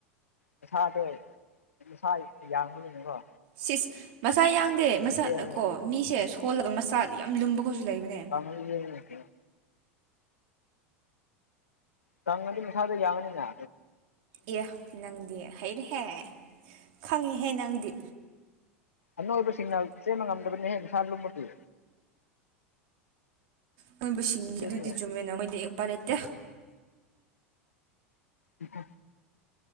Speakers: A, on the left (about 80°); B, on the right (about 55°).
A: ꯃꯁꯥꯗꯣ ꯁꯥ ꯌꯥꯡꯕꯅꯤꯅꯀꯣ
B: ꯁꯤꯁ ꯃꯆꯥ ꯌꯥꯡꯗꯦ ꯃꯆꯥ
A: ꯑꯗꯨꯝ ꯆꯦꯜꯂꯤꯅ
B: ꯀꯣ ꯃꯤꯁꯦ ꯁꯣꯜꯂꯒ ꯃꯆꯥ ꯌꯥꯝ ꯂꯨꯝꯕ ꯈꯣꯏꯁꯨ ꯂꯩꯕꯅꯦ
A: ꯎꯝ ꯀꯪꯉꯗꯤ ꯃꯁꯥꯗ ꯌꯥꯒꯅꯤꯅ
B: ꯏ ꯅꯪꯗꯤ ꯍꯩꯔꯦꯍꯦ ꯈꯪꯉꯦꯍꯦ ꯅꯪꯗꯤ
A: ꯑꯅꯣꯏꯕꯁꯤꯡꯅ ꯆꯦꯟꯕ ꯉꯝꯗꯕꯅꯤ ꯍꯦꯟ ꯁꯥ ꯂꯨꯝꯃꯗꯤ
B: ꯃꯣꯏꯕꯨ ꯁꯤꯡꯉ
A: ꯑꯗꯨꯅꯤꯅꯦ
B: ꯑꯗꯨꯗꯤ ꯆꯨꯝꯃꯦꯅ ꯃꯣꯏꯗꯤ ꯎꯛꯄꯔꯦꯇꯦ
A: ꯎꯝ